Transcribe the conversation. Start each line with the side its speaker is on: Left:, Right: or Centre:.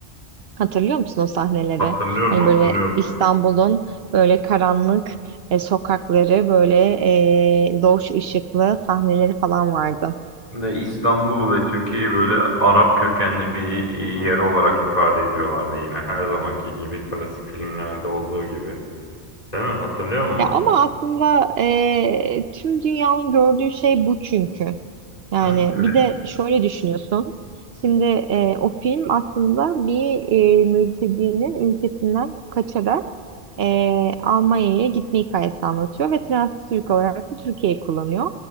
Right: Hatırlıyor musun o sahneleri?
Left: Hatırlıyorum
Right: Hani
Left: hatırlıyorum.
Right: böyle İstanbul'un böyle karanlık e, sokakları, böyle e, loş ışıklı sahneleri falan vardı.
Left: Ne İstanbul'u ve Türkiye'yi böyle Arap kökenli bir yer olarak ifade ediyorlardı yine. Her zamanki gibi klasik filmlerde olduğu gibi. Değil mi? Hatırlıyor musun?
Right: Ya ama aslında eee, tüm dünyanın gördüğü şey bu çünkü. Yani
Left: Evet. evet.
Right: bir de şöyle düşünüyorsun. Şimdi eee, o film aslında bir eee mültecinin ülkesinden kaçarak eee, Almanya'ya gitme hikayesi anlatıyor ve trans Türk olarak da Türkiye'yi kullanıyor.